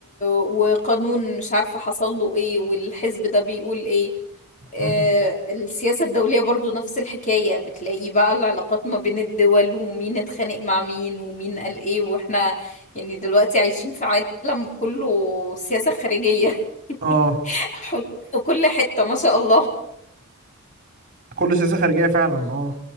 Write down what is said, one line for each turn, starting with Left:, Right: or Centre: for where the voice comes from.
Left: وقانون مش عارفة حصل له ايه والحزب ده بيقول ايه آه،
Right: مم.
Left: السياسة الدولية برضو نفس الحكاية بتلاقي بقى العلاقات ما بين الدول ومين اتخانق مع مين ومين قال ايه واحنا يعني دلوقتي عايشين في عالم كله سياسة خارجية
Right: اه
Left: <laughs> حروب في كل حتة ما شاء الله
Right: كله سياسة خارجية فعلا اه